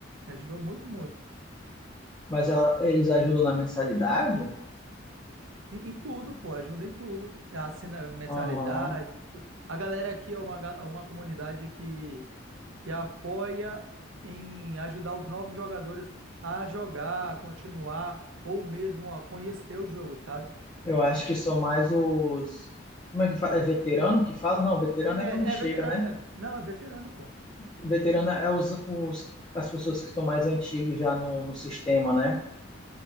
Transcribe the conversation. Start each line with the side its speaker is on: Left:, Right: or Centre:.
Right: Me ajudou muito, muito.
Left: Mas ela, eles ajudam na mensalidade?
Right: Em, em tudo, pô, ajuda em tudo. Assina mensalidade,
Left: Aham.
Right: em tudo. A galera aqui é uma, ga- uma comunidade que que apoia em ajudar os novos jogadores a jogar, a continuar ou mesmo a conhecer o jogo, sabe?
Left: Eu acho que são mais os. Como é que fala? É veterano que fala? Não, veterano
Right: É,
Left: é quando chega,
Right: é veterano,
Left: né?
Right: né? Não, é veterano, pô.
Left: Veterano é os, os, as pessoas que estão mais antigos já no, no sistema, né?